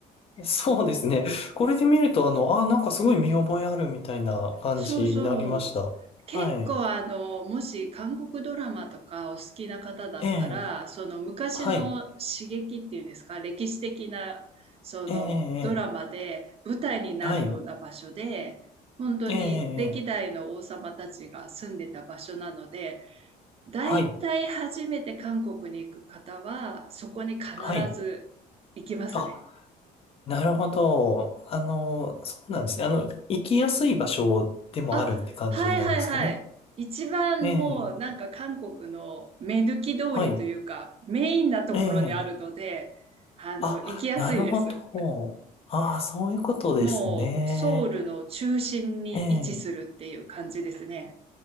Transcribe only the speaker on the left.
そうですね。これで見ると、あの、あ、なんかすごい見覚えあるみたいな感じになりました。
はい。
ええ、
はい。
ええ、ええはい。
ええ、ええ
はい。
はい。あ、なるほど。あの、そうなんですね。あの、行きやすい場所でもあるって感じなんですかね。
ええ、はい。ええ、
あ、
なるほど。ああ、そういうことですね。
ええ、